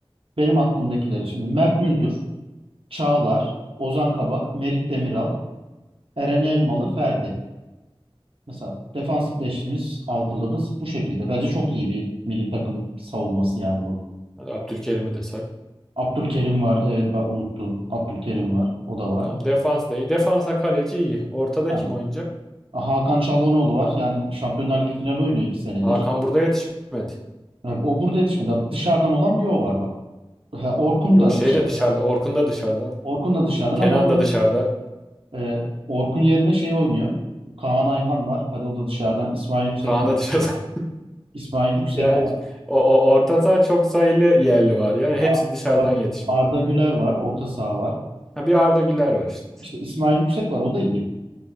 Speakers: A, on the right; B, in the centre.
A: Benim aklımdakileri şimdi Mert Müldür, Çağlar, Ozan Kabak, Merih Demiral, Eren Elmalı, Ferdi. Mesela defans beşlimiz, altılımız bu şekilde. Bence çok iyi bir milli takım savunması yani bu.
B: hadi Abdülkerim'i de say.
A: Abdülkerim var. Evet ben unuttum. Abdülkerim var. O da var.
B: Tamam defans da iyi. Defansa kaleci iyi. Ortada
A: Aynen.
B: kim oynayacak?
A: Hakan Çalhanoğlu var. Yani Şampiyonlar Ligi finali oynuyor iki senedir.
B: Hakan burada yetişmedi.
A: Evet, O burada yetişmedi. Dışarıdan olan bir o var bak. Ha, Orkun
B: Yo
A: da
B: şey
A: dışarıdan.
B: de dışarıda. Orkun da dışarıda.
A: Orkun da dışarıdan
B: Kenan
A: ama o
B: da dışarıda.
A: Ee, Orkun yerine şey oynuyor. Kaan Ayhan var. Hadi o da dışarıdan. İsmail Yüksek
B: Kaan
A: var.
B: da dışarıda.
A: İsmail Yüksek
B: Yani
A: var.
B: c- o, o orta saha çok sayılı yerli var ya. Hepsi
A: A-
B: dışarıdan
A: Ar-
B: yetişme.
A: Arda Güler var. Orta saha var.
B: Ha, bir Arda Güler var işte.
A: İşte İsmail Yüksek var. O da iyi.